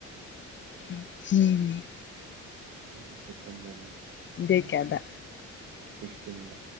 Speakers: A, on the left; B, on the right.
A: ꯍꯝ
B: ꯍꯧꯁꯤ ꯁꯦꯞꯇꯦꯝꯕꯔꯅꯦ
A: ꯗ ꯀꯗ
B: ꯁꯤꯁꯇꯤꯟꯗ